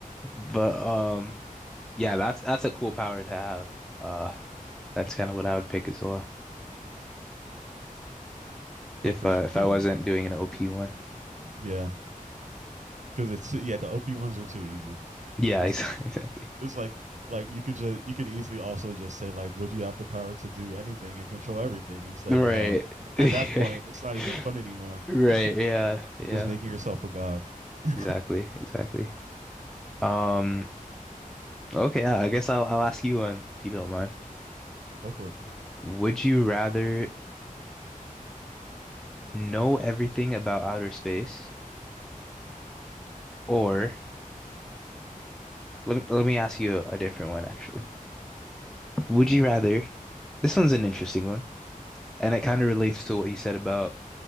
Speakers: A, in the centre; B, on the right.
A: But um yeah, that's that's a cool power to have. Uh that's kind of what I would pick as well
B: Yeah,
A: if
B: for
A: uh,
B: sure.
A: if
B: Yeah.
A: I wasn't doing an OP one.
B: Yeah, because it's yeah the OP ones are too easy.
A: Yeah,
B: It's
A: <laughs> exactly.
B: it's like like you could just you could easily also just say like would you have the power to do anything and control everything and it's like
A: Right.
B: well
A: <laughs>
B: at that point it's not even fun anymore
A: Right. Yeah.
B: <laughs>
A: Yeah.
B: you're just making yourself a god <laughs>
A: Exactly. Exactly. Um, okay, yeah, I guess I'll I'll ask you one if you don't mind.
B: go for it
A: Would you rather know everything about outer space or let me let me ask you a, different one actually. Would you rather this one's an interesting one and it kind of relates to what you said about